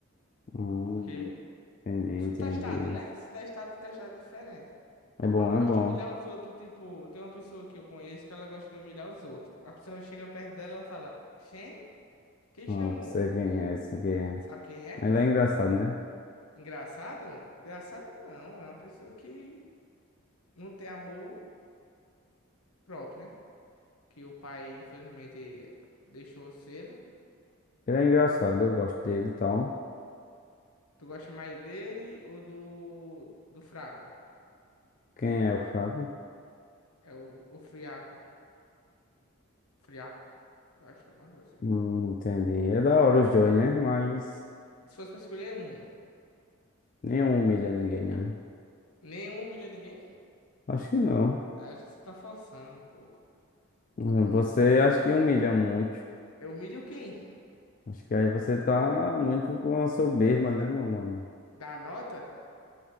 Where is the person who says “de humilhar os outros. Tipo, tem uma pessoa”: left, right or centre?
Left